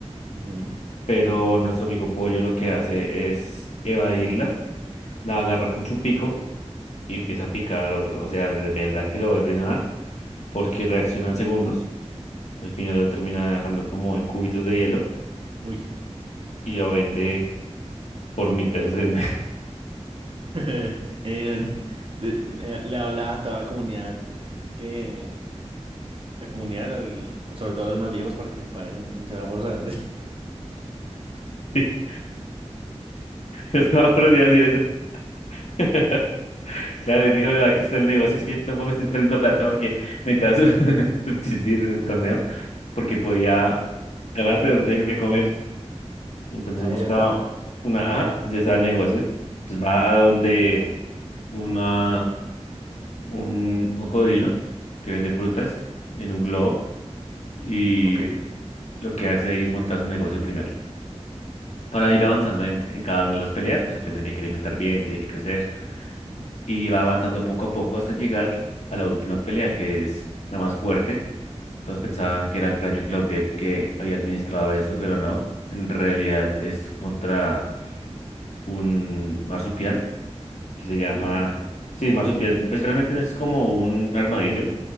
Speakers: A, on the right (about 55°); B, on the left (about 80°).
A: Ujú.
B: Pero nuestro amigo Pollo lo que hace es evadirla, la agarra con su pico y empieza a picar al otro. O sea, de, de verdad que lo vuelve nada, porque reacciona en segundos. Al final lo termina dejando como en cubitos de hielo
A: Uy.
B: y lo vende por mil pesos en.
A: <laughs> Eh, no, de- Le, le habla a toda la comunidad que la comunidad, al- sobre todo a los más viejos, para que se paren en, en semáforos antes.
B: <laughs> No se me ha ocurrido decir eso. <laughs> Claro, y dijo, "No, aquí está el negocio, es que yo tampoco estoy perdiendo plata porque necesitaba su- <laughs> subsistir en el torneo, porque podía ganar, pero no tenía con qué comer. Entonces
A: <laughs> Ahí
B: busca
A: ya está.
B: una, ajá, ya está el negocio. Entonces va a donde una, un cocodrilo que vende frutas en un globo
A: Sí.
B: y
A: Ok.
B: lo que hace ahí es montar su negocio primero. Para ir avanzando en, en cada una de las peleas, pues él te tiene que alimentar bien, tiene que crecer. y va avanzando poco a poco hasta llegar a la última pelea, que es la más fuerte. Todos pensaban que era Gladio Claudette que había administrado esto, pero no. En realidad es contra un marsupial que se llama...
A: Uy.
B: Sí, el marsupial, pues realmente no es como un armadillo.